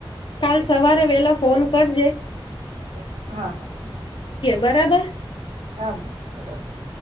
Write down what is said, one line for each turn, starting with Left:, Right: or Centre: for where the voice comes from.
Left: કાલ સવારે વેલા ફોન કરજે. હ <inaudible>
Right: હા હા
Left: બરાબર
Right: આમ બરાબર.